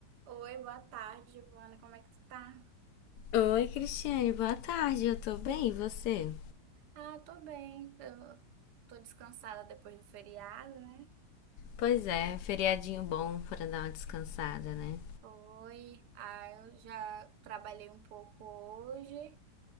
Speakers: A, on the right; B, on the left.
A: Oi, boa tarde, Giovana. Como é que tu tá?
B: Oi, Cristiane, boa tarde. Eu tô bem, e você?
A: Ah, tô bem. Eu tô descansada depois do feriado, né?
B: Pois é, feriadinho bom pra dar uma descansada, né?
A: Foi. Ah, eu já trabalhei um pouco hoje,